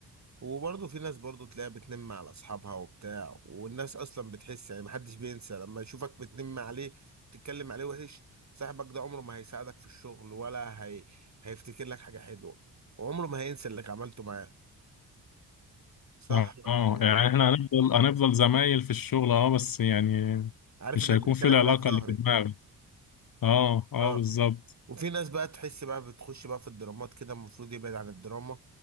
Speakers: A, on the right (about 40°); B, on the left (about 50°).
A: وبرضه في ناس برضه تلاقيها بتنم على اصحابها وبتاع والناس اصلا بتحس يعني محدش بينسى لما يشوفك بتنم عليه تتكلم عليه وحش صاحبك ده عمره ما هيساعدك في الشغل ولا هي... هيفتكر لك حاجه حلوه وعمره ما هينسى اللي عملته معاه صح
B: اه
A: ولا
B: آه،
A: ايه
B: يعني احنا هنفضل هنفضل زمايل في الشغل اه بس يعني
A: عارف
B: مش
A: انك
B: هيكون
A: بتتكلم
B: في العلاقة
A: عليها في ظهري
B: اللي في دماغك اه اه
A: اه
B: بالظبط
A: وفي ناس بقى تحس بقى بتخش بقى في الدرامات كده المفروض يبعد عن الدراما